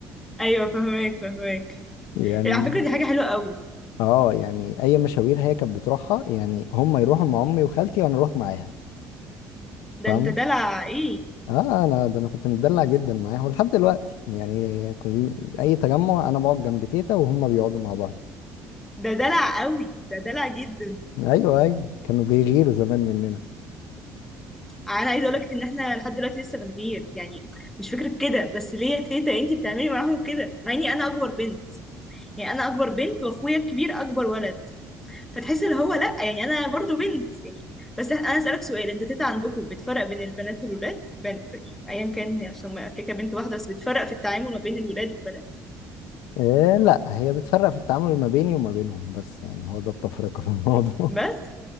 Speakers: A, in the centre; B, on the left.
A: ايوه فهماك فهماك
B: يعني
A: على فكرة دي حاجة حلوة قوي
B: اه يعني اي مشاوير هي كانت بتروحها يعني هم يروحوا مع امي وخالتي وانا اروح معاها
A: ده
B: فاهمه
A: انت دلع ايه
B: اه انا ده انا كنت متدلع جدا معاها ولحد دلوقتي يعني كل اي تجمع انا بقعد جنب تيتا وهم بيقعدوا مع بعض
A: ده دلع قوي ده دلع جدا
B: ايوه ايوه كانوا بيغيروا زمان مننا
A: انا عايزه اقولك ان احنا لحد دلوقتي لسه بنغير يعني مش فكره كده بس ليه يا تيتا انتي بتعملي معاهم كده مع اني انا اكبر بنت يعني انا اكبر بنت واخويا الكبير اكبر ولد فتحس اللي هو لا يعني انا برضو بنت يعني بس انا اسالك سؤال انت تيتا عندكم بتفرق بين البنات والولاد بين... ايا كان هي عشان ما- كيكه بنت واحده بس بتفرق في التعامل ما بين الولاد والبنات
B: إيه لا هي بتفرق في التعامل ما بيني وما بينهم بس يعني هو ده التفرقة في الموضوع
A: بس